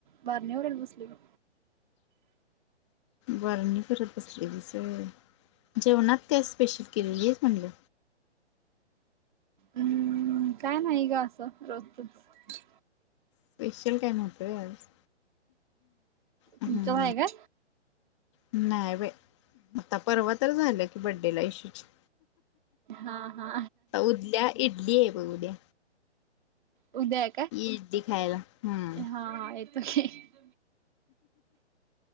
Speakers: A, on the right; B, on the left.
A: बारणीवरल बसले बघ.
B: बारणी करत बसलेलीस होय जेवणात काय स्पेशल केलेलीस म्हणलं.
A: हम्म काय नाही ग असं रोजतच.
B: स्पेशल काय नव्हतं होय आज. हम्म
A: तुमचो होय का.
B: नाही बाय आता परवा तर झालं की बड्डेला येशूच्या.
A: हा हा,
B: उद्या इडली आहे बग उद्या.
A: उदय
B: इडली खायला. हम्म.
A: हाय काय. <inaudible>